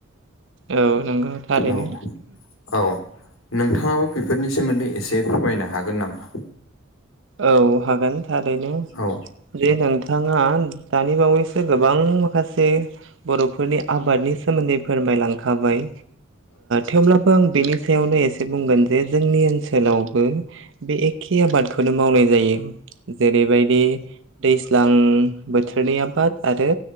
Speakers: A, on the right; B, on the left.
A: औ नंगौ थारैनो
B: औ औ नोंथाङाबो बेफोरनि सोमोन्दै एसे फोरमायनो हागोन नामा?
A: औ हागोन थारैनो
B: औ
A: जे नोंथाङा दानि बावैसो गोबां माखासे बर'फोरनि आबादनि सोमोन्दै फोरमायलांखाबाय थेवब्लाबो आं बेनि सायावनो एसे बुंगोन जे जोंनि ओनसोलावबो बे एखे आबादखौ फोरनो मावनाय जायो जेरैबायदि दैज्लां बोथोरनि आबाद आरो